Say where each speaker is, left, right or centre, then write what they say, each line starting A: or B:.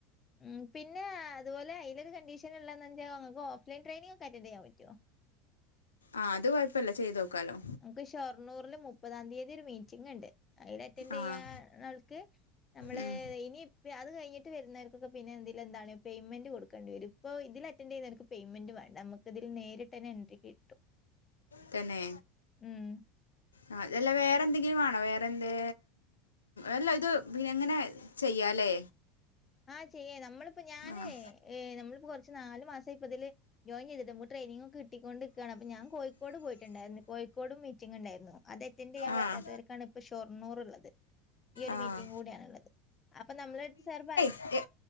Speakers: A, on the left; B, on the left.
A: ഉം പിന്നെ അതുപോലെ ഈലൊരു കണ്ടീഷൻള്ളന്നെച്ചാ ഓ ൺ ലൈൻ ട്രയിനിഗ് ഒക്കെ അറ്റൻഡ് ചെയ്യാൻ പറ്റോ?
B: ആഹ് അത് കൊഴപ്പല്ല ചെയ്തു നോക്കാലോ,
A: നമുക്ക് ഷൊർണൂർല് മുപ്പതാം തീയതി ഒരു മീറ്റിംഗ്ണ്ട്. അയിൽ അറ്റൻഡ്
B: ആഹ്
A: ചെയ്യണാൾക്ക് നമ്മള്
B: ഉം
A: ഇനി പ്പൊ അത് കഴിഞ്ഞിട്ട് വരുന്നവർക്കൊക്കെ പിന്നെതില എന്താണ് പേയ്മെൻഡ് കൊടുക്കണ്ടി വരും, ഇപ്പോ ഇതിൽ അറ്റൻറ് ചെയുന്നവർക്ക് പെയ്മന്റ് വേണ്ട നമക്ക് ഇതിൽ നേരിട്ടെന്നെ എൻട്രി കിട്ടും.
B: തന്നേ
A: ഉം
B: ആഹ്, അതല്ല വേറെന്തെങ്കിലും വേണോ വേറെന്തെ അല്ല ഇത് പിന്നങ്ങനെ ചെയ്യാലേ,
A: ആഹ് ചെയ്യാം നമ്മളിപ്പ ഞാനേ
B: ആഹ്
A: ഏ നമ്മളിപ്പോ കുറച്ച് നാല് മാസായി പ്പതില് ജോയിൻ ചെയ്തിട്ട്, മ്ക്ക് ട്രെയിനിങ് ഒക്ക കിട്ടിക്കൊണ്ട്ക്കാണ്. അപ്പ ഞാൻ കോഴിക്കോട് പോയിട്ടുണ്ടായിരുന്നു, കോഴിക്കോടും മീറ്റിങ്ങ് ഉണ്ടായിരുന്നു. അത് അറ്റൻഡ് ചെയ്യാൻ
B: ആഹ്
A: പറ്റാത്തവർക്കാണ് ഇപ്പൊ ഷൊർണൂർള്ളത്. ഈ ഒരു
B: ആഹ്
A: മീറ്റിംഗ് കൂടിയാണുള്ളത്. അപ്പൊ നമ്മളടുത്ത് സാർ പറ
B: എ